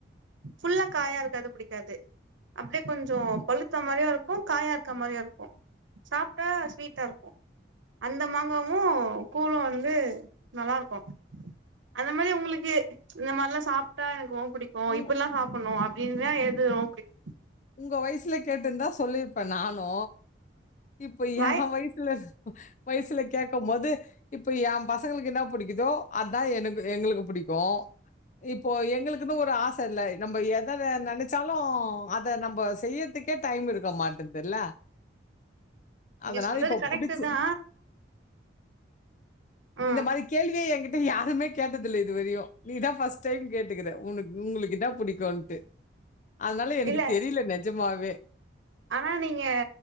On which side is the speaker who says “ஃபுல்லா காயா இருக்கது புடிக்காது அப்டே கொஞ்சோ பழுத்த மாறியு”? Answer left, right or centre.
Right